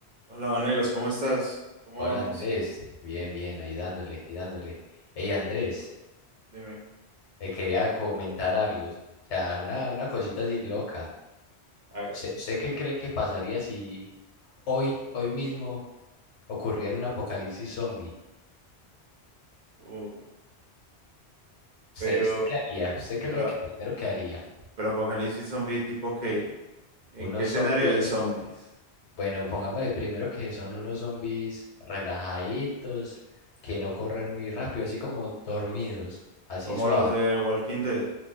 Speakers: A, on the right; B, on the left.
A: Hola, Vanegas, ¿cómo estás? ¿Cómo
B: Hola
A: vamos?
B: Andrés, bien, bien, ahí dándole y dándole. Hey Andrés,
A: Dime,
B: eh, quería comentar algo, o sea, una, una cosita así loca.
A: hágale.
B: ¿Usted, usted qué cree que pasaría si hoy, hoy mismo, ocurriera un apocalipsis zombie?
A: Uy, pero,
B: ¿Usted, usted qué haría? ¿Usted qué es
A: pero,
B: lo que primero que haría?
A: pero Apocalipsis Zombie tipo que, ¿en
B: Unos
A: qué escenario
B: zombies,
A: de zombies?
B: bueno, pongámosle primero que son unos zombies relajaditos, que no corren muy rápido, así como dormidos, así
A: Como
B: suave,
A: los de Walking Dead,